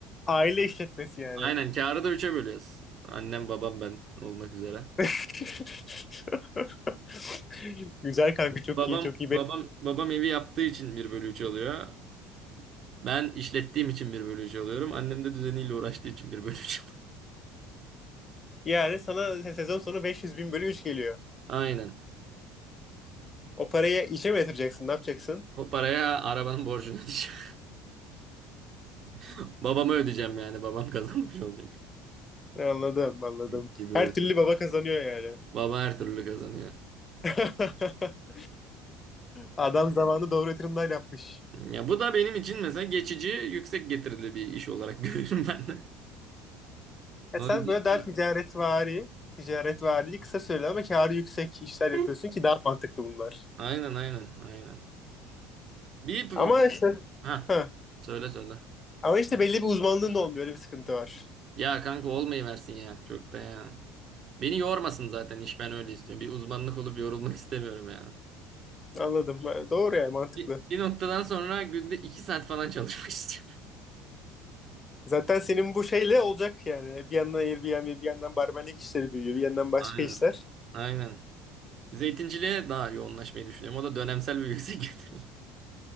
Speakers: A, on the left; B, on the right.
A: Aile işletmesi yani.
B: Aynen kârı da üçe bölüyoruz. Annem, babam, ben olmak üzere.
A: <laughs> Güzel kanka çok
B: Babam
A: iyi çok iyi.
B: babam babam evi yaptığı için bir bölü üç oluyor. Ben işlettiğim için bir bölü üç alıyorum. Annem de düzeniyle uğraştığı için bir bölü üç alıyor.
A: Yani sana sezon sonu 500 bin bölü 3 geliyor.
B: <laughs> Aynen.
A: O parayı işe mi yatıracaksın? Ne yapacaksın?
B: O paraya arabanın borcunu ödeyeceğim. <laughs> Babama ödeyeceğim yani. Babam kazanmış olacak
A: Anladım anladım.
B: <laughs> gibi
A: Her
B: oluyor.
A: türlü baba kazanıyor yani.
B: Baba her türlü kazanıyor.
A: <laughs> Adam zamanında doğru yatırımlar yapmış.
B: Ya bu da benim için mesela geçici yüksek getirili bir iş olarak <laughs> görüyorum ben de.
A: Ya
B: O
A: sen
B: yüzden
A: böyle daha ticaretvari, ticaretvari kısa süreli ama kârı yüksek işler yapıyorsun
B: de
A: ki daha mantıklı bunlar.
B: Aynen aynen aynen. Bir
A: Ama işte
B: ha
A: ha,
B: söyle söyle.
A: ama işte belli bir uzmanlığın da olmuyor. Öyle bir sıkıntı var.
B: Ya kanka olmayı versin ya. Çok da ya. Beni yormasın zaten iş ben öyle istiyorum. Bir uzmanlık olup yorulmak istemiyorum yani.
A: Anladım. Ha, Doğru yani mantıklı.
B: Bir, bir noktadan sonra günde iki saat falan çalışmak istiyorum.
A: Zaten senin bu şeyle olacak yani. Bir yandan Airbnb, bir yandan barmenlik işleri büyüyor, bir yandan
B: <laughs>
A: başka
B: Aynen.
A: işler.
B: Aynen. Zeytinciliğe daha yoğunlaşmayı düşünüyorum. O da dönemsel bir yüksek gelir. <laughs>